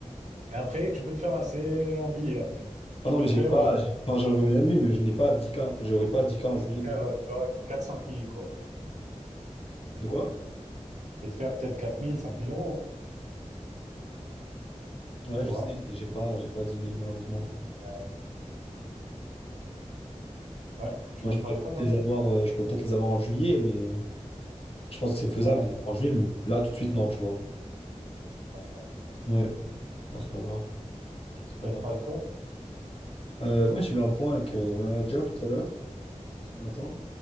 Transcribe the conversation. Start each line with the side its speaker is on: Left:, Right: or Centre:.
Right: Mais après, tu peux te faire assez un billet après.
Left: Ah
Right: Tu
Left: non,
Right: peux
Left: mais
Right: te
Left: j'ai
Right: faire,
Left: pas...
Right: euh,
Left: j'ai- Enfin, j'aurais bien aimé, mais je n'ai pas dix k J'aurai pas dix k en juillet non
Right: faire,
Left: plus.
Right: euh, tu vois, quatre cinq mille quoi.
Left: De quoi?
Right: Tu peux te faire peut-être quatre mille cinq mille euros,
Left: Ouais,
Right: tu
Left: je
Right: vois.
Left: sais, mais j'ai pas, j'ai pas dix mille malheureusement, là.
Right: Euh, ouais, tu
Left: Enfin,
Right: voulais me
Left: je pourrais
Right: parler
Left: peut-être
Right: de quoi, toi?
Left: les avoir, euh, je pourrais peut-être les avoir en juillet, mais... euh, je pense que c'est faisable
Right: Ouais,
Left: de les avoir en juillet, mais là, tout de suite, non, tu vois.
Right: ouais, ça fera tard.
Left: Ouais. Bon, c'est pas grave. C'est pas
Right: T'allais
Left: grave.
Right: me parler de quoi?
Left: Euh, ouais, j'ai eu un point avec euh, ma manager tout à l'heure. ce matin.